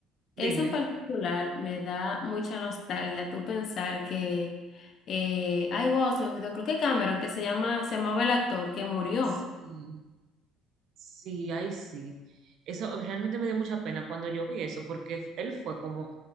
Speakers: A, on the right; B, on the left.
A: dime.
B: Eso en particular me da mucha nostalgia, tú pensar que, eh, ay, wow, se me olvidó, creo que Cameron, que se llama, se llamaba el actor que murió.
A: Sí, sí, ay, sí. Eso realmente me dio mucha pena cuando yo vi eso, porque él fue como,